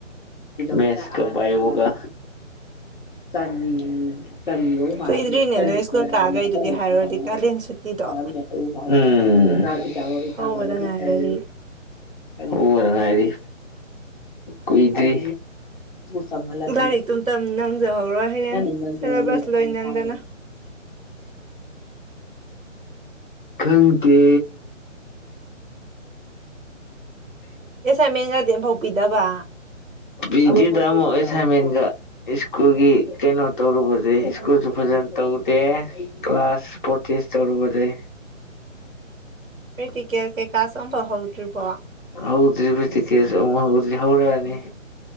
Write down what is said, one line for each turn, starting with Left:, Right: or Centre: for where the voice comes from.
Left: ꯃꯦꯠꯁꯀ ꯕꯥꯏꯑꯣꯒ ꯇꯟꯗꯅ ꯄꯥꯗꯔꯦ
Right: ꯀꯨꯏꯗ꯭ꯔꯤꯅꯦ
Left: ꯇꯟ
Right: ꯅꯣꯏ ꯁ꯭ꯀꯨꯜ
Left: ꯄꯤꯔꯛꯑꯒꯅ
Right: ꯀꯥꯈꯩꯗꯨꯒꯤ
Left: ꯑꯀꯪꯕ
Right: ꯍꯥꯏꯔꯨꯔꯗꯤ ꯀꯥꯂꯦꯟ ꯁꯨꯇꯤꯗꯣ
Left: ꯆꯥꯔꯝꯗꯥꯏꯗ
Right: ꯍꯧꯕꯗ ꯉꯥꯏꯒꯔꯤ
Left: ꯑꯝ ꯍꯧꯕꯅ ꯉꯥꯏꯔꯤ ꯀꯨꯏꯗ꯭ꯔꯤ ꯆꯪꯍꯜꯂꯁꯤꯅ
Right: ꯂꯥꯏꯔꯤꯛ ꯇꯨꯝ ꯇꯝ ꯅꯪꯖꯍꯧꯔꯣꯏ ꯍꯌꯦꯡ
Left: ꯉꯅꯤꯡ ꯉꯟꯖꯔꯅꯤ
Right: ꯁꯦꯂꯦꯕꯁ ꯂꯣꯏ ꯅꯪꯗꯅ
Left: ꯊꯥꯕꯅꯤ ꯈꯪꯗꯦ
Right: ꯑꯦꯁꯥꯏꯟꯃꯦꯟꯒꯗꯤ ꯑꯝꯐꯥꯎ ꯄꯤꯗꯕ
Left: ꯄꯤꯗꯤꯑꯦꯐ ꯊꯥꯔꯝꯃꯣ ꯑꯦꯁꯥꯏꯟꯃꯦꯟꯒ ꯁ꯭ꯀꯨꯜꯒꯤ ꯀꯩꯅꯣ ꯇꯧꯔꯨꯕꯁꯦ ꯁ꯭ꯀꯨꯜꯁꯨ ꯐꯖꯅ ꯇꯧꯗꯦ ꯀ꯭ꯂꯥꯁ ꯄ꯭ꯔꯣꯇꯦꯁ꯭ꯠ ꯇꯧꯔꯨꯕꯗꯩ
Right: ꯄ꯭ꯔꯦꯛꯇꯤꯀꯦꯜ ꯀꯩꯀꯥꯁꯨ ꯑꯝꯐꯨꯛ ꯍꯧꯗ꯭ꯔꯤꯕꯣ
Left: ꯍꯧꯗ꯭ꯔꯤ ꯄ꯭ꯔꯦꯛꯇꯤꯀꯜꯁꯨ ꯑꯝꯐꯨꯛ ꯍꯧꯗ꯭ꯔꯤ ꯍꯧꯔꯛꯑꯅꯤ